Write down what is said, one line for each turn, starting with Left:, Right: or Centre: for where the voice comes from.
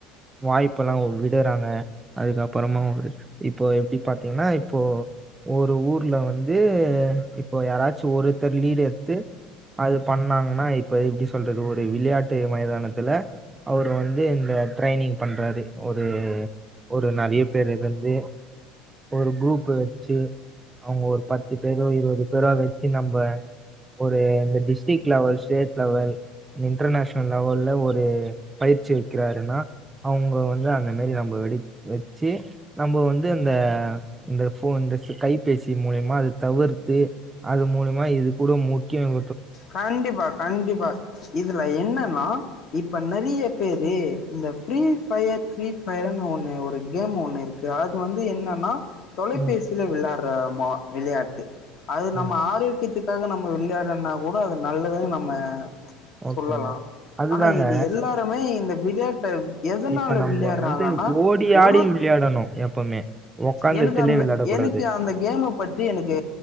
Right: வாய்ப்பு எல்லாம் விடுறாங்க அதுக்கப்பறமா ஒரு இப்போ எப்படி பாத்தீங்கன்னா இப்போ ஒரு ஊர்ல வந்து இப்போ யாராச்சும் ஒருத்தர் லீடு எடுத்து அது பண்ணாங்கன்னா இப்ப எப்படி சொல்றது ஒரு விளையாட்டு மைதானத்துல அவரு வந்து இந்த ட்ரைனிங் பண்றாரு ஒரு ஒரு நிறைய பேர் இருந்து ஒரு குரூப்பு வச்சு அவங்க ஒரு பத்து பேரு இருபது பேரா வச்சு நம்ம ஒரு இந்த district level state level international லெவல்ல ஒரு பயிற்சி வைக்கிறாருன்னா அவங்க வந்து அந்த மாரி நம்ம வெ வச்சு நம்ம வந்து இந்த இந்த கைபேசி மூலியமா அது தவிர்த்து அது மூலியமா இது கூட முக்கியம்
Left: கண்டிப்பா கண்டிப்பா இதுல என்னனா இப்ப இப்ப நிறைய பேரு இந்த free fire free free fire ஒண்ணு ஒரு கேம் ஒண்ணு இருக்கு அது வந்து என்னன்னா தொலைபேசியில
Right: ம்
Left: விலா இப்ப மா விளையாட்டு அது நம்ம
Right: ம்
Left: ஆரோக்கியத்துக்கு அப்ப நம்ம விளையாடுரன் நா கூட அது நல்லதுன்னு நம்ம
Right: ஓகேங்க.
Left: சொல்லலாம்
Right: அதுதாங்க
Left: ஆனா இது எல்லாருமே இந்த விளையாட்டைம் எதனால
Right: இப்ப நம்ப
Left: விளையாடுறாங்கன்னா
Right: வந்து ஓடி
Left: ஒரு
Right: ஆடி விளையாடணும் எப்பவுமே. உக்காந்த
Left: எனக்கு
Right: எடத்துலயே
Left: அந்த
Right: விளையாடக்கூடாது.
Left: எனக்கு அந்த கேம பத்தி எனக்கு